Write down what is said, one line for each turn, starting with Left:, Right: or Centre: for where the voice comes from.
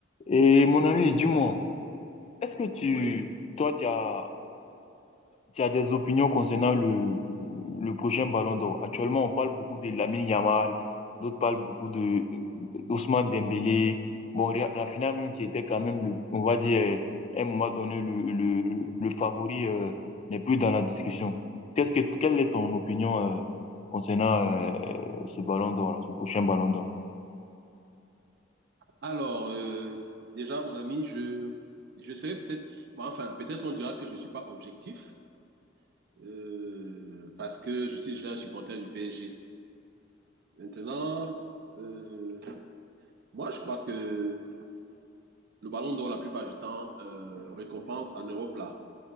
Left: Et mon ami, dis-moi, est-ce que tu,
Right: Oui.
Left: toi, tu as, tu as des opinions concernant le, le prochain Ballon d'Or? Actuellement, on parle beaucoup de Lamine Yamal, d'autres parlent beaucoup de d'Ousmane Dembélé. Bon, Ra- Rafinha même qui était quand même, le, on va dire, euh, à un moment donné, le, le, le favori euh, n'est plus dans la discussion. Qu'est-ce que, quelle est ton opinion euh, concernant euh, ce Ballon d'Or, là, ce prochain Ballon d'Or?
Right: Alors, euh, déjà, mon ami, je, je serais peut-être, bon, enfin, peut-être on dira que je suis pas objectif, euh, parce que je suis déjà un supporter du PSG. Maintenant, euh, moi, je crois que le ballon d'or, la plupart du temps, euh, récompense en Europe, là.